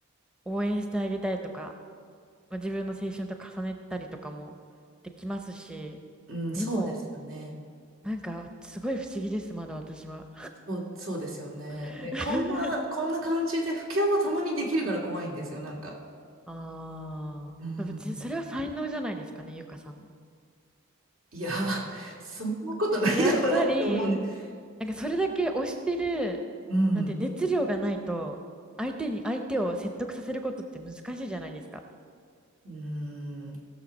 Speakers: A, in the centre; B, on the right.
A: 応援してあげたいとか。まあ、自分の青春と重ねたりとかもできますし、
B: うん、
A: でも、
B: そうですよね。
A: なんか、すごい不思議です、まだ私は。
B: そう、そうですよね。
A: <laughs>
B: で、こんな、こんな感じで、不況をたまにできるから怖いんですよ、なんか。
A: ああ、
B: うん。
A: 別にそれは才能じゃないですかね、ゆかさんの。
B: いや、<laughs> そんなことないでもないと思うんです。
A: やっぱり、なんかそれだけ推してる、
B: うん。
A: なんて熱量がないと、相手に、相手を説得させることって難しいじゃないですか。
B: うん。